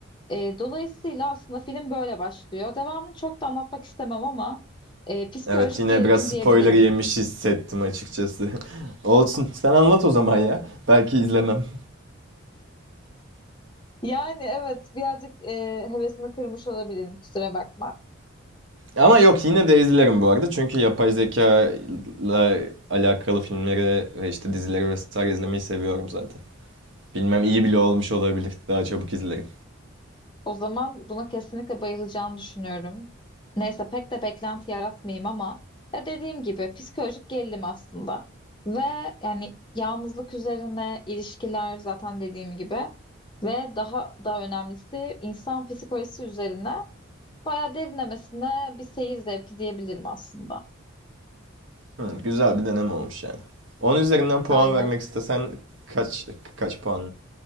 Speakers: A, on the left; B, on the right.
A: E, dolayısıyla aslında film böyle başlıyor. Devamını çok da anlatmak istemem ama e, psikolojik
B: Evet yine
A: gerilim
B: biraz spoiler
A: diyebilirim.
B: yemiş hissettim açıkçası. <laughs> Olsun. Sen anlat o zaman ya. Belki izlemem.
A: Yani evet birazcık e, hevesini kırmış olabilirim. Kusura bakma.
B: Ama yok yine de izlerim bu arada. Çünkü yapay zeka ile alakalı filmleri ve işte dizileri vesaire izlemeyi seviyorum zaten. Bilmem iyi bile olmuş olabilir. Daha çabuk izlerim.
A: O zaman buna kesinlikle bayılacağını düşünüyorum. Neyse pek de beklenti yaratmayayım ama ya dediğim gibi psikolojik gerilim aslında. Ve yani yalnızlık üzerine ilişkiler zaten dediğim gibi ve daha daha önemlisi insan psikolojisi üzerine bayağı derinlemesine bir seyir zevki diyebilirim aslında.
B: Hı, güzel bir deneme olmuş yani. 10 üzerinden puan
A: Aynen.
B: vermek istesen kaç kaç puan